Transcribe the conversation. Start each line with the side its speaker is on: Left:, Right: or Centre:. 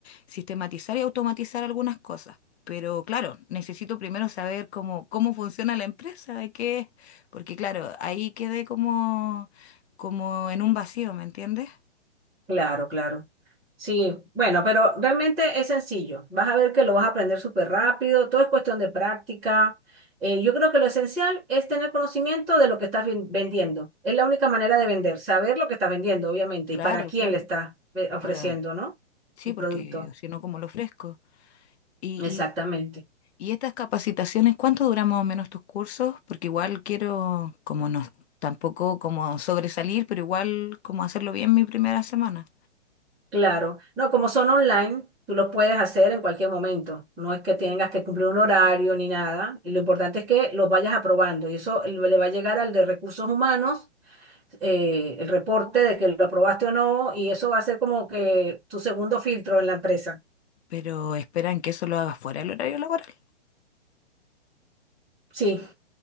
Left: sistematizar y automatizar algunas cosas. Pero claro, necesito primero saber cómo, cómo funciona la empresa, de qué es, porque claro, ahí quedé como, como en un vacío, ¿me entiendes?
Centre: Claro, claro. Sí, bueno, pero realmente es sencillo. Vas a ver que lo vas a aprender súper rápido, todo es cuestión de práctica. Eh, yo creo que lo esencial es tener conocimiento de lo que estás ven- vendiendo. Es la única manera de vender, saber lo que estás vendiendo, obviamente,
Left: Claro,
Centre: y para quién
Left: claro.
Centre: le estás eh, ofreciendo,
Left: Ahora,
Centre: ¿no?
Left: sí,
Centre: El
Left: porque
Centre: producto.
Left: si no, ¿cómo lo ofrezco? Y,
Centre: Exactamente.
Left: y, y estas capacitaciones, ¿cuánto duran más o menos tus cursos? Porque igual quiero, como no, tampoco como sobresalir, pero igual como hacerlo bien mi primera semana.
Centre: Claro. No, como son online, tú los puedes hacer en cualquier momento. No es que tengas que cumplir un horario ni nada. Y lo importante es que los vayas aprobando. Y eso le va a llegar al de recursos humanos eh, el reporte de que lo aprobaste o no, y eso va a ser como que tu segundo filtro en la empresa.
Left: pero esperan que eso lo haga fuera del horario laboral.
Centre: Sí,